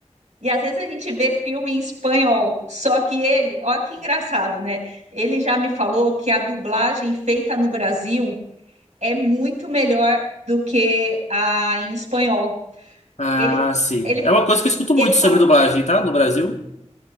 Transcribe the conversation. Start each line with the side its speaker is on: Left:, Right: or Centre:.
Right: E às vezes a gente vê filme em espanhol, só que ele, ó que engraçado, né? Ele já me falou que a dublagem feita no Brasil é muito melhor do que a em espanhol.
Left: Ah,
Right: Ele,
Left: sim.
Right: ele,
Left: É uma coisa que eu escuto muito
Right: ele fala
Left: sobre dublagem, tá? No Brasil.